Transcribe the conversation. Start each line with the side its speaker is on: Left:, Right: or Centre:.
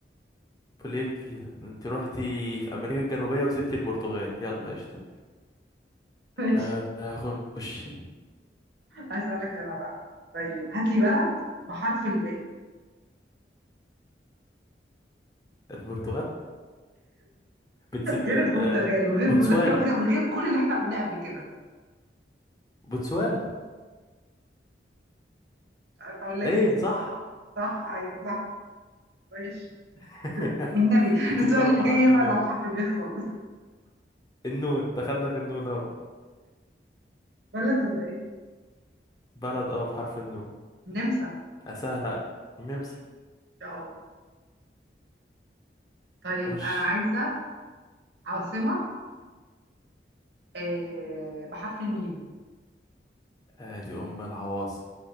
Left: بوليفيا انت روحتي في امريكا الجنوبية وسبتي البرتغال يلا قشطة
Right: ماشي
Left: آه، خش
Right: اسالك انا بقى طيب هات لي بلد بحرف الباء
Left: البرتغال بنسلف
Right: غير البرتغال
Left: آه،
Right: وغير
Left: بوتسوانا
Right: بوليفيا وغير وغير كل اللي احنا قلناه قبل كده
Left: بوتسوانا
Right: مش عارفه اقول لك
Left: ايه
Right: ايه
Left: صح
Right: صح ايوه صح ماشي
Left: <laughs>
Right: بالنبي
Left: هات
Right: السؤال
Left: لي بلد
Right: اللي
Left: بحرف
Right: جاي يبعد
Left: النون
Right: عن حرف الباء خالص
Left: النون دخلنا في النون اهو
Right: بلد ولا ايه
Left: بلد اه بحرف النون
Right: النمسا
Left: آه، سهلة نمسا
Right: اه طيب
Left: خش
Right: انا عايزه عاصمه آه بحرف الميم
Left: ادي ام العواصم